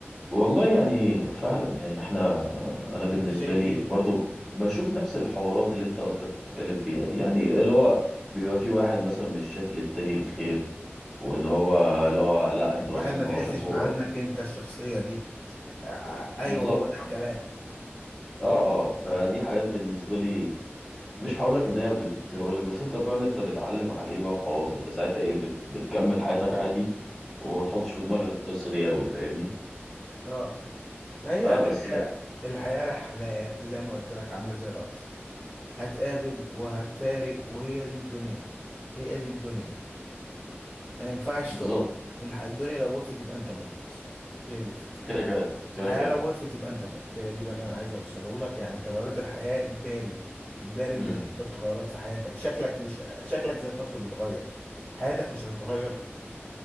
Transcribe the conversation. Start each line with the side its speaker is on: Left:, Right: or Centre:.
Centre: والله يعني فعلا يعني احنا انا بالنسبه
Left: انت شايف
Centre: لي
Left: ايه
Centre: برضو بشوف نفس الحوارات اللي انت قصدك تتكلم فيها دي يعني اللي هو بيبقى في واحد مثلا مش شايف للتاني الخير وان هو اللي هو لا انت
Left: واحد
Centre: مثلا
Left: ما
Centre: ان هو
Left: تحسش
Centre: شافه
Left: مع انك انت الشخصية دي آه، آه، ايوه
Centre: بالظبط
Left: هو ده الكلام
Centre: اه اه فدي حاجات بالنسبه لي مش هقول لك ان هي بتزود لك بس انت فاهم انت بتعلم عليه بقى خلاص انت ساعتها ايه بت بتكمل حياتك عادي وما بتحطش في دماغك القصه دي قوي فاهمني
Left: اه ما هي
Centre: فبس
Left: الحياة
Centre: لا
Left: الحياة رحلات زي ما قلت لك عاملة زي القطر هتقابل وهتفارق وهي دي الدنيا هي دي الدنيا ما ينفعش
Centre: بالظبط
Left: تقف الح- الدنيا لو وقفت يبقى انت مت هي دي الفكرة
Centre: كده كده
Left: الحياة
Centre: كده
Left: لو وقفت يبقى انت مت هي دي بقى اللي انا عايز اوصله لك يعني تغيرات الحياة اجباري اجباري ان
Centre: كده
Left: يحصل تغيرات في حياتك شكلك مش شكلك ذات نفسه بيتغير حياتك مش هتتغير